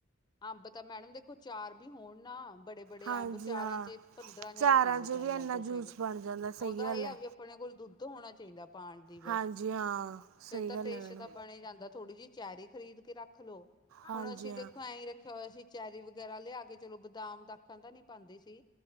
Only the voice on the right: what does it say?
ਹਾਂਜੀ
ਹਾਂ
ਚਾਰਾਂ
'ਚ ਵੀ
ਇੰਨਾ
ਜੂਸ
ਬਣ ਜਾਂਦਾ ਸਹੀ
ਗੱਲ
ਹੈ
ਹਾਂਜੀ ਹਾਂ ਸਹੀ
ਗੱਲ
ਹੈ ਮੈਡਮ
ਹਾਂਜੀ
ਹਾਂ